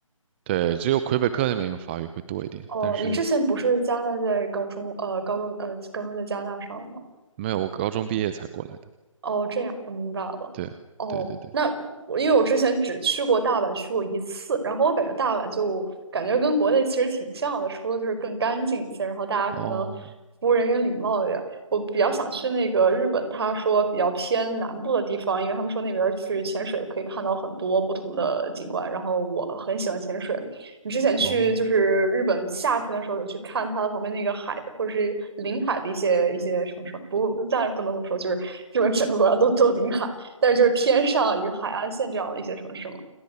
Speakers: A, on the right; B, on the right.
A: 对，只有魁北克那边用法语会多一点，
B: 哦，
A: 但是
B: 你之前不是加拿大在高中，呃，高中，呃，高中在加拿大上的吗？
A: 没有，我高中毕业才过来的。
B: 哦，这样，我明白了。
A: 对，
B: 哦，
A: 对对对，
B: 那我因为我之前只去过大阪，去过一次，然后我感觉大阪就感觉跟国内其实挺像的，除了就是更干净一些，然后大家可能
A: 哦
B: 服务人员礼貌一点儿。我比较想去那个日本，他说比较偏南部的地方，因为他们说那边儿去潜水可以看到很多不同的景观，然后我很喜欢潜水，你之前去就是日本夏天的时候，
A: 哦，
B: 有去看它的旁边那个海或者是临海的一些一些城市吗？不，当然不能这么说，就是日本整个国家都都临海，但是就是偏上与海岸线这样的一些城市嘛，